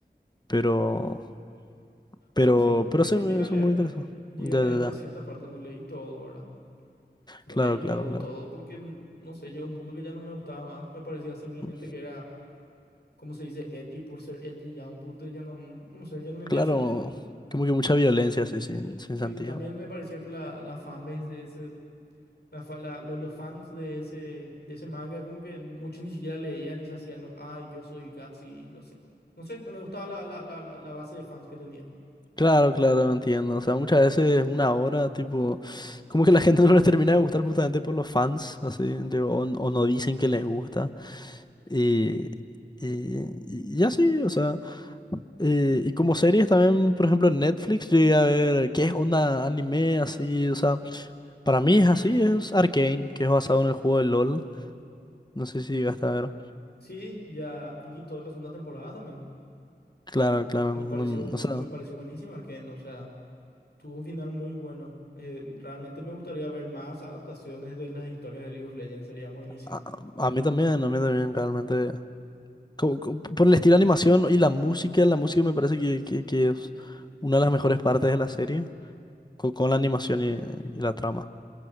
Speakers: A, on the left (about 25°); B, on the left (about 70°).
A: pero, pero,
B: No, sí, Berserk
A: pero sí, me-
B: llegué a
A: son
B: leer.
A: muy interesantes.
B: Llegué
A: Ya,
B: a leer
A: ya,
B: hasta
A: ya.
B: cierta parte, no leí todo, ¿verdad? No
A: Claro,
B: leí todo,
A: claro, claro.
B: todo, porque, n- no sé, llegó un punto que ya no me gustaba más. Me parecía simplemente
A: Mm,
B: que era, como se dice, edgy por ser edgy, ya a un punto que ya no, no sé, ya no me interesó
A: Claro,
B: más.
A: como que mucha violencia, así, sin, sin
B: Sí,
A: sentido.
B: también me parecía que la, la fanbase de ese La fa- la- lo- los fans de ese, de ese manga, como que muchos ni siquiera leían y se hacían los, ay, yo soy Gutsy, no sé. No sé, no me gustaba la, la, la, la la base de fans que tenía.
A: Claro, claro, entiendo. O sea, muchas veces una hora, tipo, como que la gente <laughs> no les termina de gustar justamente por los fans, así, tipo, o o no dicen que les gusta. Y, y, y así, o sea, eh, y como series también, por ejemplo, en Netflix, yo llegué a ver qué es onda anime, así, o sea, para mí es así, es Arcane, que es basado en el juego de LOL, no sé si llegaste a ver.
B: Sí, ya vi toda la segunda temporada también.
A: Claro, claro,
B: Me
A: mm,
B: pareció,
A: o sea,
B: me pareció buenísima, Arcane, o sea, tuvo un final muy bueno. Eh, realmente me gustaría ver más adaptaciones de las historias de League of Legends, sería buenísimo.
A: a, a mí también, a mí también, realmente, como- como por el estilo de animación y la música, la música me parece que, que, que es una de las mejores partes de la serie, co- con, la animación y, y la trama.